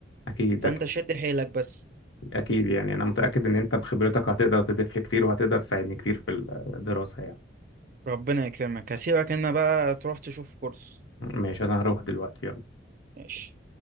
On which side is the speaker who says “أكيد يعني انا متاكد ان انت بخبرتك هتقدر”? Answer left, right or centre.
Left